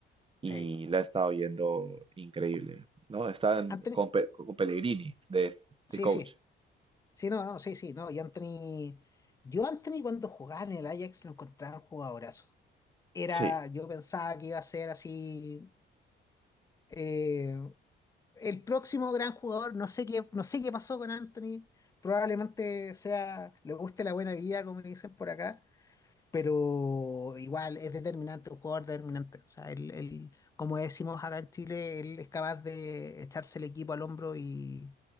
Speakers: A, on the right (about 25°); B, on the left (about 15°).
A: y
B: Sí.
A: la ha estado yendo increíble, ¿no? Están
B: Anthony,
A: con, Pe- con Pellegrini de,
B: sí,
A: de coach.
B: sí. Sí, no, no, sí, sí, no. Y Anthony, yo Anthony cuando jugaba en el Ajax lo encontraba un jugadorazo. Era,
A: Sí,
B: yo pensaba que iba a ser así, eh, el próximo gran jugador. No sé qué, no sé qué pasó con Anthony. Probablemente sea, le guste la buena vida, como dicen por acá pero igual es determinante, un jugador determinante. O sea, él, él, como decimos acá en Chile, él es capaz de echarse el equipo al hombro y